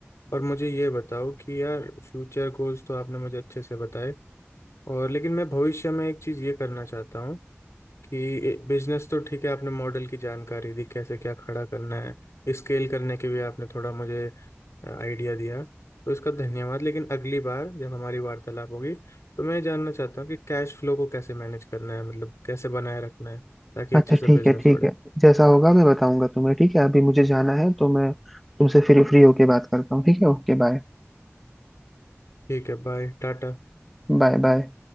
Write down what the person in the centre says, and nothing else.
अच्छा
ठीक
है ठीक
है जैसा होगा मैं बताऊंगा तुम्हें ठीक है अभी मुझे जाना है तो मैं तुमसे फिर फ्री होके बात करता हूँ ठीक है ओके बाय
Bye bye